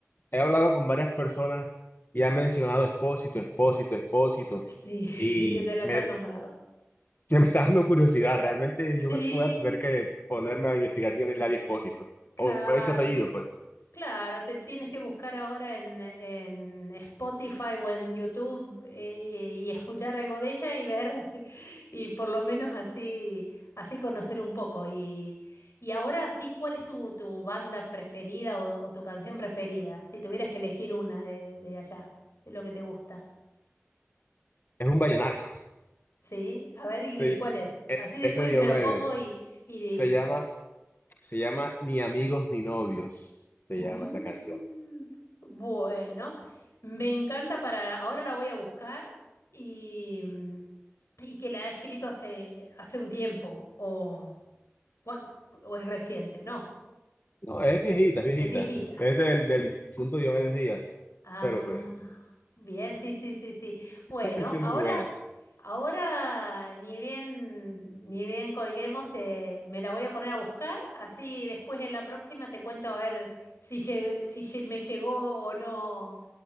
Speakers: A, on the left; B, on the left.
A: He hablado con varias personas y han mencionado Expósito, Expósito, Expósito,
B: Sí, <laughs>
A: y
B: y que te la
A: me,
B: hayan nombrado.
A: <laughs> que me está dando curiosidad. Realmente
B: Sí,
A: yo creo que voy a tener que ponerme a investigar quién es Ladio Expósito,
B: claro,
A: o ese apellido, pues.
B: claro, te tienes que buscar ahora en, en Spotify o en YouTube eh, y, y escuchar algo de ella y ver, <laughs> y por lo menos así, así conocer un poco. Y, y ahora sí, ¿cuál es tu, tu banda preferida o, o tu canción preferida? Si tuvieras que elegir una de, de allá, de lo que te gusta.
A: Es un vallenato. <laughs>
B: Sí, a ver, ¿y,
A: Sí,
B: y cuál es?
A: es
B: Así después
A: es de Diomedes.
B: me lo pongo y, y
A: Se llama, se llama Ni amigos ni novios, se llama
B: Mm,
A: esa canción.
B: bueno, me encanta para... Ahora la voy a buscar y, mm, y que la ha escrito hace, hace un tiempo o, cua- o es reciente, no,
A: No, es viejita, es viejita.
B: es viejita.
A: Es del,
B: Ah,
A: del difunto Diomedes Díaz,
B: Ah,
A: pero pues,
B: bien, sí, sí, sí, sí. Bueno,
A: esa canción
B: ahora,
A: es muy buena.
B: ahora ni bien, ni bien colguemos, te, me la voy a poner a buscar, así después en la próxima te cuento a ver si, llegué- si lle- me llegó o no